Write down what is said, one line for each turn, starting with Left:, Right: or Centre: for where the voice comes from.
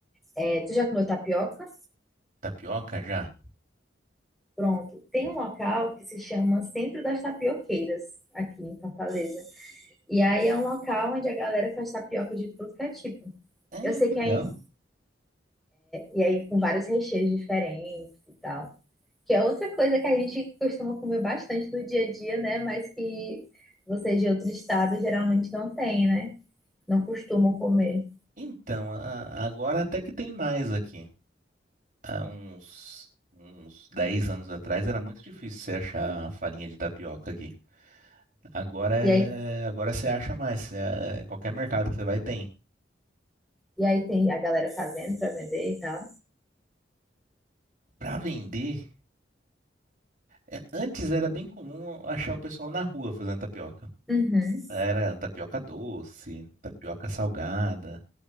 Centre: É, tu já comeu tapioca?
Right: Tapioca já?
Centre: Pronto, tem um local que se chama Centro das Tapioqueiras, aqui em Fortaleza. E aí é um local onde a galera faz tapioca de tudo que é tipo.
Right: É,
Centre: Eu sei
Right: que
Centre: que aí,
Right: legal.
Centre: e aí com vários recheios diferentes e tal. Que é outra coisa que a gente costuma comer bastante no dia a dia, né? Mas que vocês de outro estado geralmente não têm, né? Não costumam comer.
Right: Então, a- agora até que tem mais aqui. Há uns, uns 10 anos atrás era muito difícil você achar farinha de tapioca aqui. Agora é,
Centre: E aí,
Right: agora você acha mais. É, qualquer mercado que você vai tem.
Centre: e aí tem a galera fazendo para vender e tal.
Right: Pra vender, é, antes era bem comum achar o pessoal na rua fazendo tapioca.
Centre: Uhum.
Right: Era tapioca doce, tapioca salgada.